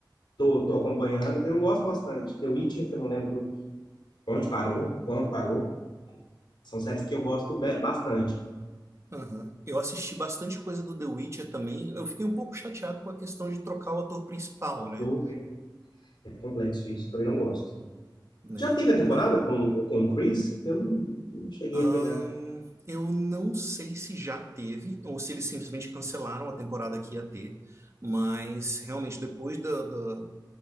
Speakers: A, on the left (about 80°); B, on the right (about 35°).
A: Tô, tô acompanhando, então eu gosto bastante. The Witcher, que eu não lembro onde parou, quando parou. São séries que eu gosto be- bastante.
B: Aham. Eu assisti bastante coisa do The Witcher também. Eu fiquei um pouco chateado com a questão de trocar o ator principal,
A: Faltou,
B: né?
A: É complexo isso, também não gosto.
B: Né?
A: Já teve a temporada
B: Ma-
A: com, com o Chris? Eu não, não cheguei
B: Ahn,
A: a pegar
B: eu não sei se já teve ou se eles simplesmente cancelaram a temporada que ia ter, mas realmente depois da, da,